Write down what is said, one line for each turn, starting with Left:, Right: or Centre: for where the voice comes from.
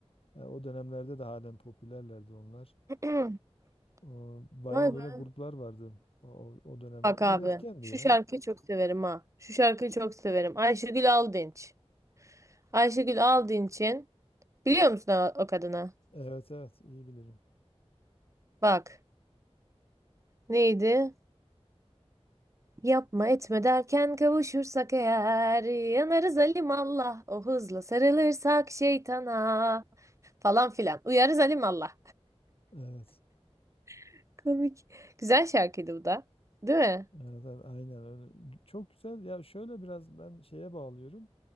Left: e, o dönemlerde de halen popülerlerdi onlar.
Right: <clears throat>
Left: E, Bayağı
Right: Vay
Left: böyle
Right: be.
Left: gruplar vardı o, o o dönemler.
Right: Bak
Left: Üretkendi
Right: abi. Şu
Left: ya.
Right: şarkıyı çok severim ha. Şu şarkıyı çok severim. Ayşegül Aldınç. Ayşegül aldığın için biliyor musun o, o kadını?
Left: Evet evet iyi bilirim.
Right: Bak neydi? Yapma etme derken kavuşursak eğer yanarız alim Allah o hızla sarılırsak şeytana falan filan uyarız alim Allah.
Left: Evet.
Right: <laughs> Komik. Güzel şarkıydı bu da. Değil mi?
Left: Evet, evet aynen öyle. Çok güzel. Ya şöyle biraz ben şeye bağlıyorum.